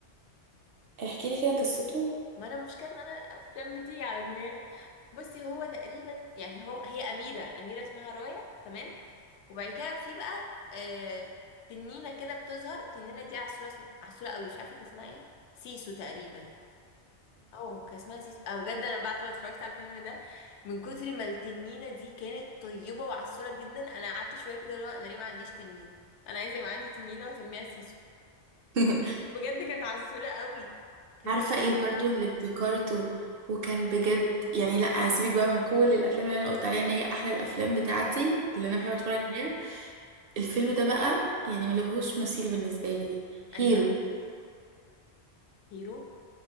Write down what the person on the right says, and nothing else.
احكي لي كده قصته
<laughs>
عارفة
ايه برضو اللي افتكرته وكان بجد يعني لا هسيبك بقى من كل الافلام اللي انا قلت عليها ان هي احلى الافلام بتاعتي اللي
انا بحب اتفرج عليها الفيلم ده بقى يعني ملهوش مثيل بالنسبة لي
هيرو